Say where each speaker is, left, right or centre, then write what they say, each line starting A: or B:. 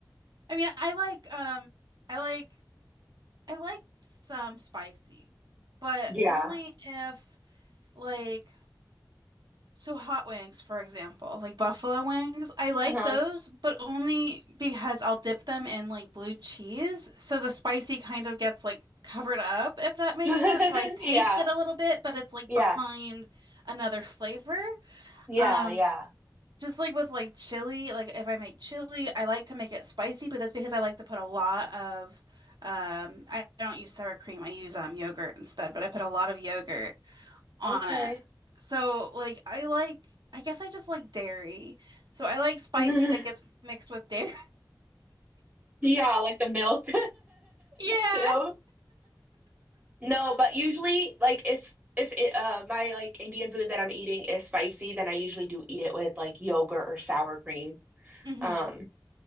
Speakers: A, on the right (about 65°); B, on the right (about 20°).
A: I mean, I like um I like I like some spicy, but
B: Yeah.
A: only if like So hot wings, for example, like buffalo wings, I like
B: Uh-huh.
A: those, but only because I'll dip them in like blue cheese. So the spicy kind of gets like covered up, if that makes
B: <laughs>
A: sense. So I taste
B: Yeah.
A: it a little bit, but it's like
B: Yeah.
A: behind another flavor.
B: Yeah,
A: Um,
B: yeah.
A: just like with like chili, like if I make chili, I like to make it spicy, but that's because I like to put a lot of um, I I don't use sour cream. I use um yogurt instead, but I put a lot of yogurt on
B: Okay.
A: it. So like I like I guess I just like dairy. So I like spicy
B: <laughs>
A: that gets mixed with dairy. <laughs>
B: Yeah, like the milk
A: Yeah.
B: <laughs> too. No, but usually like if if it, uh my like Indian food that I'm eating is spicy, then I usually do eat it with like yogurt or sour cream.
A: hmm
B: Um.